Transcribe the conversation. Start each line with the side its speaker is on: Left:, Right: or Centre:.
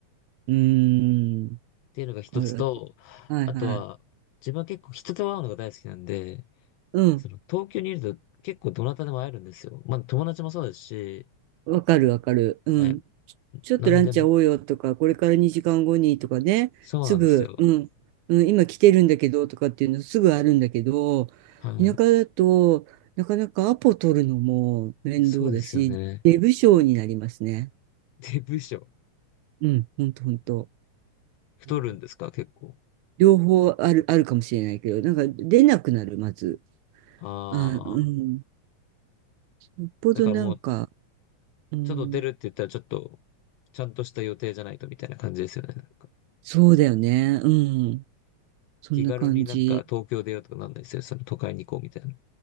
Right: うん。うーん。
Left: っていうのが一つと、
Right: あるはいはい。
Left: あとは、自分は結構人と会うのが大好きなんで、
Right: うん。
Left: その、東京にいると結構どなたでも会えるんですよ。まあ、友達もそうですし、
Right: わかるわかる。
Left: はい。
Right: うん。ちちょっとランチ会おうよとか、
Left: 何でも。
Right: これから2時間後にとかね、
Left: そうなんですよ。
Right: すぐ、うん、うん、今来てるんだけどとかっていうのすぐあるんだけど、
Left: はい。
Right: 田舎だとなかなかアポ取るのも面倒だし、
Left: いや、そうですよね。
Right: 出不精になりますね。
Left: で、部署。
Right: うん、ほんとほんと。
Left: 太るんですか、
Right: うん
Left: 結構。
Right: 両方ある、あるかもしれないけど、なんか出なくなる、まず。
Left: ああ。
Right: あ、うん。よっぽどなんか、
Left: だからもう、
Right: うん、
Left: ちょっと出るって言ったらちょっと、ちゃんとした予定じゃないとみたいな感じですよね。なんか
Right: そうだよね。うん。そんな感じ。
Left: 気軽になんか東京出ようとかなんないですよ。その都会に行こうみたいな。